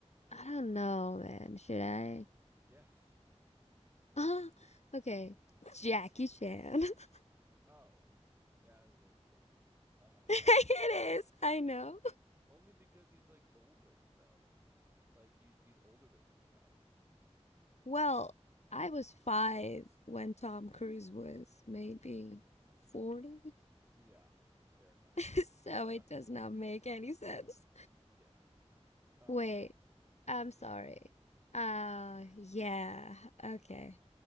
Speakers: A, on the left; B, on the right.
A: I don't know, man. Should I?
B: Yes.
A: Ah, okay. Jackie Chan. <laughs>
B: Oh. That is a little weird. Um
A: It
B: <laughs> it's
A: is, I
B: a little
A: know.
B: weird. Only because he's like older though. Like he's he's older than those guys.
A: Well, I was five when Tom Cruise was maybe 40,
B: Yeah, fair enough.
A: <laughs> so
B: Um
A: it does not make any sense.
B: yeah. Um
A: Wait, I'm sorry.
B: what?
A: Uh, yeah, okay.